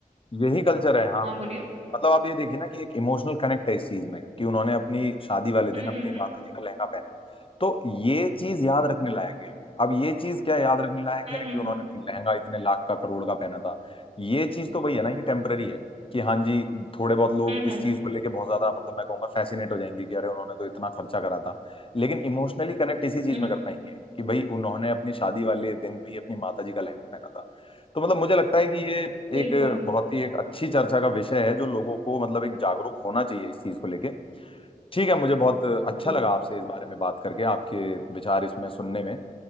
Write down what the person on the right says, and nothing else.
हाँ बोलिए
हम्म
हम्म
हम्म
हम्म
हम्म
हम्म
हम्म,
हम्म,
बिल्कुल
बिल्कुल